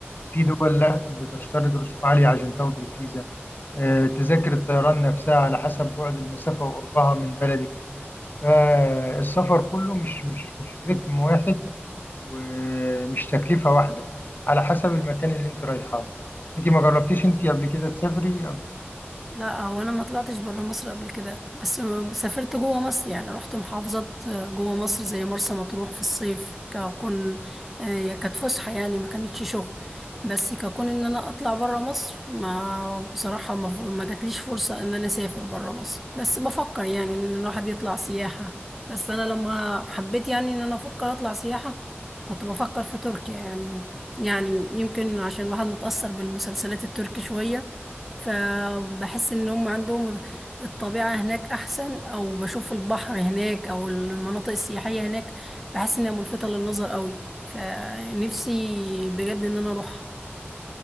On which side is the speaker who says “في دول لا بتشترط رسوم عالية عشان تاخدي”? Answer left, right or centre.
Left